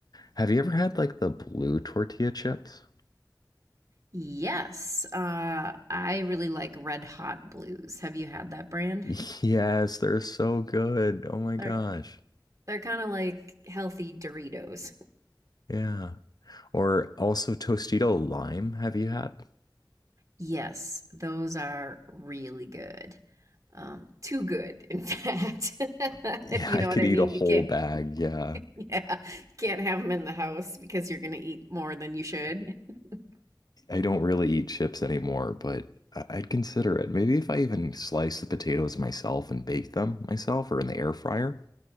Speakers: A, on the left; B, on the right.
A: Have you ever had like the blue tortilla chips?
B: Yes. Uh I really like Red Hot Blues. Have you had that brand?
A: <laughs> Yes, they're so good. Oh my gosh.
B: They're they're kind of like healthy Doritos.
A: Yeah. Or also Tostito lime. Have you had? <laughs>
B: Yes, those are really good. Um, too good, in fact, <laughs>
A: Yeah,
B: if you
A: I
B: know
A: could
B: what I
A: eat
B: mean.
A: a whole
B: You can't,
A: bag. Yeah.
B: yeah, you can't have them in the house because you're going to eat more than you should. <laughs>
A: I don't really eat chips anymore, but I- I'd consider it. Maybe if I even slice the potatoes myself and bake them myself or in the air fryer.